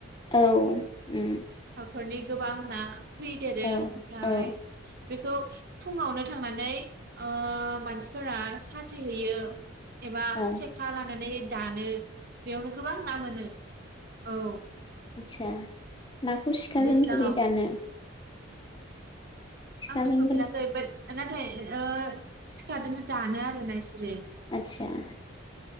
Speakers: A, on the left; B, on the right.
A: औ उम
B: हाखरनि गोबां ना फैदेरो
A: औ
B: ओमफ्राय
A: औ
B: बेखौ फुङावनो थांनानै ओ मानसिफोरा साथेहैयो। एबा
A: औ
B: सेखा लानानै दानो बेयावनो गोबां ना मोनो। औ
A: आतसा नाखौ सिखाजों
B: दैज्लाङाव
A: बोरै दानो? सिखाजों
B: आंथ नुफेराखै
A: बोरै
B: बात नाथाय ओ सिखादोनो दानो आरोना इसोरो।
A: आतसा।